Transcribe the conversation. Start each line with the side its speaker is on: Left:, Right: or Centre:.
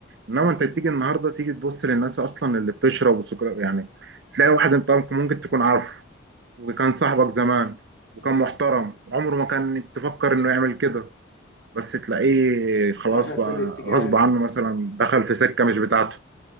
Right: انما انت
Left: مم.
Right: تيجي النهارده تيجي تبص للناس اصلا اللي بتشرب والسكر يعني تلاقي واحد انت ممكن تكون عارفه وكان صاحبك زمان وكان
Left: ايوه
Right: محترم عمره ما كان تفكر انه يعمل كده بس تلاقيه خلاص
Left: دخلت
Right: بقى
Left: في الاتجاه
Right: غصب
Left: ال...
Right: عنه مثلا دخل في سكه مش بتاعته